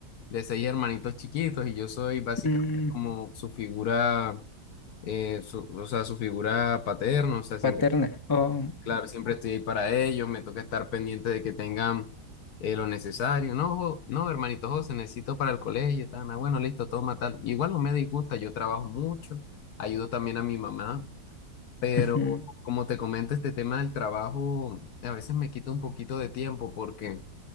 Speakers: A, on the left; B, on the left.
A: de seis hermanitos chiquitos, y yo soy básicamente
B: Mm,
A: como su figura eh, su- o sea, su figura paterna, o sea, siempre,
B: paterna. Oh,
A: claro, siempre estoy ahí para ellos, me toca estar pendiente de que tengan eh, lo necesario. No, jo- no, hermanito José, necesito para el colegio, tal ah, bueno, listo, toma tal. Igual no me disgusta, yo trabajo mucho, ayudo también a mi mamá, pero
B: ujú, ujú.
A: como te comento, este tema del trabajo a veces me quita un poquito de tiempo porque